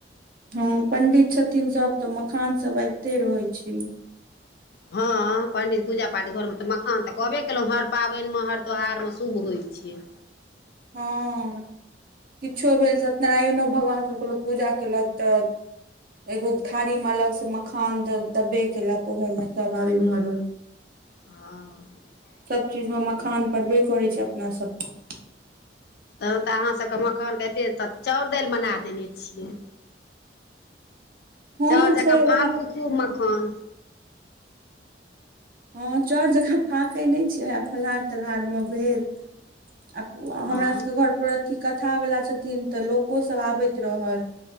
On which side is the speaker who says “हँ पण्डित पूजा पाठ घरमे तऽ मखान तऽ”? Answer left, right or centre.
Left